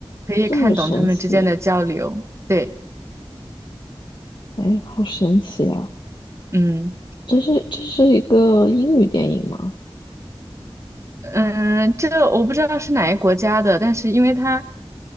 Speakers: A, on the right (about 30°); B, on the left (about 55°).
A: 可以看懂他们之间的交流，
B: 这么神奇，
A: 对，
B: 哎，好神奇啊！
A: 嗯。
B: 这是这是一个英语电影吗？
A: 嗯，这个我不知道是哪个国家的，但是因为它